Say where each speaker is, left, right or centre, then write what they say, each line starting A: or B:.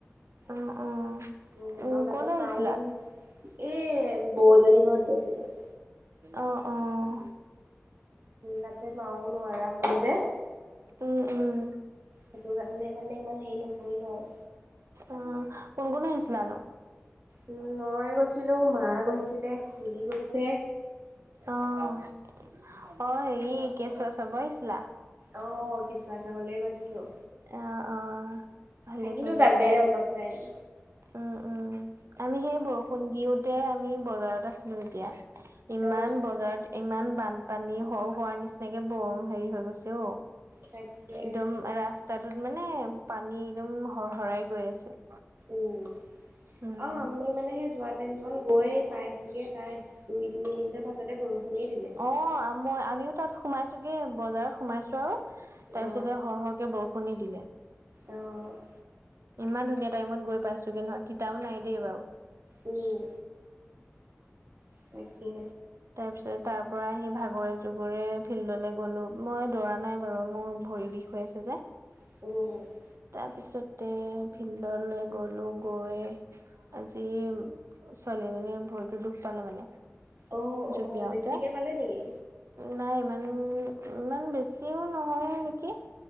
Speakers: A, on the right; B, on the right.
A: অ
B: উম,
A: অ উম
B: আৰু ততে
A: কলৈ আহিছিলা
B: মাওঁ এ, বৌ এজনী ঘৰত গৈছিলোঁ।
A: অ', অ'।
B: তাতে মাওঁ নোৱাৰা হ'ল যে।
A: উম, উম।
B: সেইটো কাৰণে মানে ইমান হেৰি নকৰিলোঁ আৰু।
A: অ', কোন কোন আহিছিলানো?
B: উম, মই গৈছিলো, মা গৈছিলে, খুৰি গৈছে।
A: অ', অ', হেৰি কেচুৱা চাব আহিছিলা?
B: অ', কেচুৱা চাবলে গৈছিলোঁ।
A: অ', অ', ভালে
B: থাকিলোঁ
A: কৰিলা
B: তাতে
A: দিয়া।
B: অলপ। টাইম।
A: উম, উম। আমি সেই বৰষুণ দিওঁতে আমি বজাৰত আছিলোঁ তেতিয়া। ইমান
B: অ
A: বজাৰত ইমান বানপানী হ-হোৱাৰ নিচিনাকে বৰ হেৰি হৈ গৈছে ঔ।
B: তাকে
A: একদম ৰাস্ তা তোত মানে পানী একদম হৰহৰাই গৈ আছে।
B: উম,
A: উম।
B: আৰু আমি মানে সেই যোৱা টাইম কন গৈয়ে পাই গে পাই দুই তিনি মিনিটৰ পাছতে বৰষুণেই দিলে।
A: অ', মই আমিও তাত সোমাইছোগে বজাৰত সোমাইছো আৰু, তাৰপিছতে
B: অ
A: হৰ হৰ কে বৰষুণেই দিলে।
B: অ'। '
A: ইমান ধুনীয়া টাইমত গৈ পাইছোঁ গে নহয়, তিতাও নাই দেই বাৰু।
B: উম, তাকে‌।
A: তাৰপিছত তাৰ পৰা আহি ভাগৰে জোগৰে ফিল্ডলৈ গলো মই দৌৰা নাই বাৰু মোৰ ভৰি বিষ হৈ আছে যে।
B: <unintelligible>
A: তাৰপিছতে ফিল্ডলৈ গ'লো গৈ আজি ছোৱালীজনীয়ে ভৰিতো দুখ পালে মানে
B: অ
A: জুপিয়াওতে
B: অ বেছিকে পালে নেকি
A: নাই ইমান ইমান বেছিও নহয় নেকি